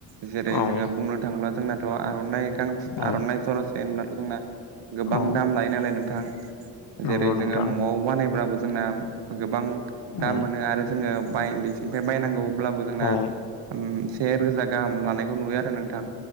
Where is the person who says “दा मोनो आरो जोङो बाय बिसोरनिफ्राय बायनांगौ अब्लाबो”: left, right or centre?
Right